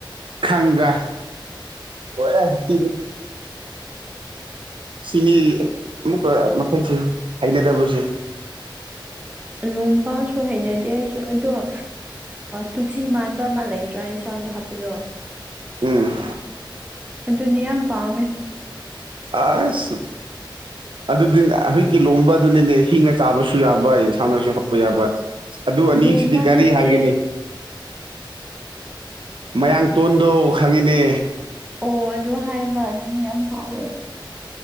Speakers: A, on the right; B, on the right.
A: ꯈꯪꯒ <unintelligible> ꯁꯤꯅꯤ ꯑꯃꯨꯛꯀ ꯃꯈꯩꯁꯦ ꯍꯥꯏꯅꯗꯕꯁꯦ
B: ꯂꯣꯝꯕꯁꯨ ꯍꯩꯅꯗꯦ ꯑꯩꯁꯨ ꯑꯗꯣ ꯑ ꯇꯨꯁꯤ ꯃꯥꯟꯕ ꯑꯃ ꯂꯩꯇ꯭ꯔꯥ ꯏꯟꯁꯥꯡꯗ ꯍꯥꯞꯄꯗꯣ
A: ꯎꯝ
B: ꯑꯗꯨꯅꯤ ꯌꯥꯝ ꯄꯥꯝꯃꯦ
A: ꯑꯁ ꯑꯗꯨꯗꯤꯅꯦ ꯍꯧꯖꯤꯛꯀꯤ ꯂꯣꯝꯕ ꯑꯗꯨꯅꯤꯅꯦ ꯍꯤꯡꯉ ꯆꯥꯕꯁꯨ ꯌꯥꯕ ꯑꯦꯟꯁꯥꯡꯅꯁꯨ ꯍꯣꯠꯄ ꯌꯥꯕ ꯑꯗꯨ ꯑꯅꯤꯁꯤꯗꯤ
B: ꯂꯣꯝꯕ
A: ꯀꯔꯤ
B: ꯅꯠꯇꯦ
A: ꯍꯥꯏꯒꯅꯤ ꯃꯌꯥꯡ ꯇꯣꯟꯗꯣ ꯈꯪꯉꯤꯅꯦ
B: ꯑꯣ ꯑꯗꯨ ꯍꯥꯏꯕ ꯑꯗꯨꯅꯤ ꯌꯥꯝ ꯍꯥꯎꯋꯦ